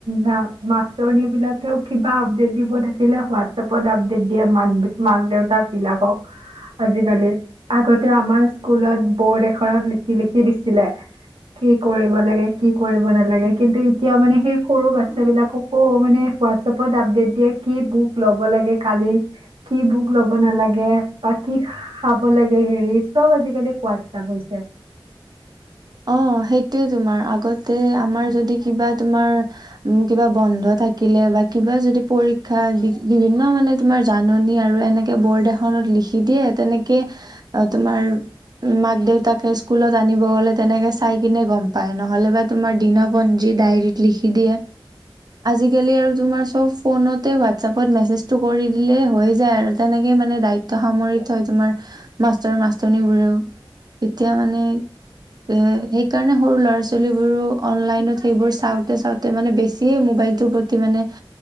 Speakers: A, on the right; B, on the right.
A: মা মাষ্টৰনী বিলাকেও কিবা আপডেট দিব থাকিলে হোৱাটছএপত আপডেট দিয়ে মাক মাক দেউতাক বিলাকক আজিকালি আগতে আমাৰ স্কুলত বৰ্ড, এখনত লিখি লিখি দিছিলে কি কৰি কি কৰিব নালাগে কিন্তু এতিয়া মানে সেই সৰু বাচ্ছা বিলাককো মানে হোৱাটচপত আপডেট দিয়ে কি বুক লব লাগে কালি কি বুক লব নালাগে বা কি খাব লাগে হেৰি চব আজি কালি হোৱাটচপ হৈছে।
B: অ সেইটোৱে তোমাৰ আগতে আমাৰ যদি কিবা তোমাৰ কিবা বন্ধ থাকিলে বা কিবা যদি পৰীক্ষা বিভিন্ন মানে তোমাৰ জাননী আৰু এনেকে বৰ্ড, এখনত লিখি দিয়ে তেনেকে তোমাৰ মাক দেউতাকে স্কুলত, আনিব গ'লে, নে চাই কিনে গম পায় নহলে বা দিপঞ্জীত, দায়েৰীত, লিখি দিয়ে আজি কালি আৰু তোমাৰ চব ফোনতে ৱাটচপত মেচেজ টো কৰি দিলে হৈ যায় আৰু তেনেকে দায়িত্ব সামৰি থয় তোমাৰ মাষ্টৰ মাষ্টৰনী বোৰেও এতিয়া মানে এ সেইকাৰনে সৰু ল'ৰা ছোৱালীবোৰো অনলাইনত সেইবোৰ চাওঁতে চাওঁতে মানে বেছিয়ে মোবাইলটোৰ প্ৰতি মানে